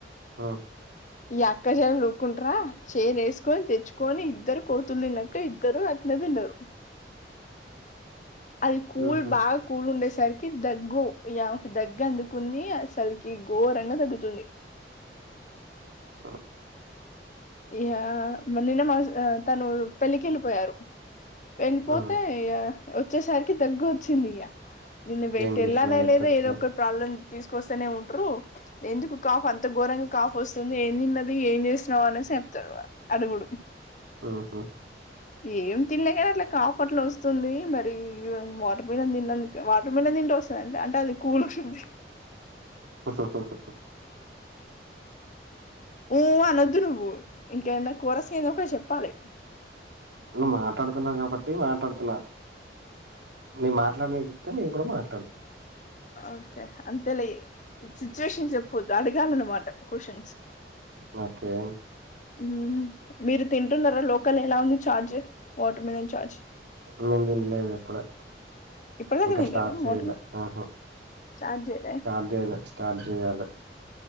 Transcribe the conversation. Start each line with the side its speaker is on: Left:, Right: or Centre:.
Right: ఆ
Left: స్ అక్కజాల లుక్కుంటార చేరు వేసుకొని తెచ్చుకొని ఇద్దరు కోతులు తిన్నాక ఇద్దరు అతిన తిన్నారురు అది కూల్
Right: ఉహు
Left: బాగా కూల్ ఉండ సరికి దగ్గుో యా దగ్గ అందుకుని అసరికి ఘోరంగా తగ్గుతుంది
Right: ఆ
Left: ఇ నిన్న మా తను పెళ్ళకి వెళ్ళిపోయారు వెళ్ళిపోతే
Right: ఆ!
Left: వచ్చేసరికి తగ్గ వచ్చింది ఇక నిేన్న బయట
Right: ఏం చేసినా
Left: వెళ్ళానే
Right: ఎట్లొచ్చినా
Left: లేదా ఏదో ఒక ప్రాబ్లం తీసుకొస్తేనే ఉంటరు ఎందుకు కాఫ్ అంత ఘోరంగా కాఫ్ వస్తుంది ఏం తిన్నది ఏం చేసినావు అనే సేపుతవా అడుగుడు
Right: ఆహా
Left: ఏం తిినలే కానీ అట్లా కాపట్లు వస్తుంది మరి వాటర్ మిలన్ తిందు వాటర్ మిలన్ తింటే వస్తుందింటడి అంటే అది కూల్ంటంది
Right: హాహూ హాహాహా
Left: ఊ ఊ.. అనొద్దు నువ్వు ఇంకేన్న కూరస ఏదో ఒక చెప్పాలి
Right: మాట్లాడుతున్నా కాబట్టి మాట్లాడుతున్నా నేను మాట్లాడనిది చెప్తే నేను కూడా మాట్లాడ
Left: ఓకే. అంతేలే, సిచ్యువేషన్ చెప్పోద్దు అడగాలన్నమాట క్వశ్చన్స్
Right: ఒకే.
Left: హుహూ మీరు తింటున్నారా లోకలే ఎలా ఉంది ఛార్జ్? ! Watermelon charge. !
Right: నేన్ దిన్లేదు ఎప్పుడు
Left: ఇప్పుడిదాక
Right: ఇంకా
Left: తినలేవా
Right: స్టార్ట్ చేయలే
Left: వాటర్ మిలన్
Right: ఆహా
Left: స్టార్ట్ జైలే
Right: స్టార్ట్ చేయలే స్టార్ట్ జేయాలి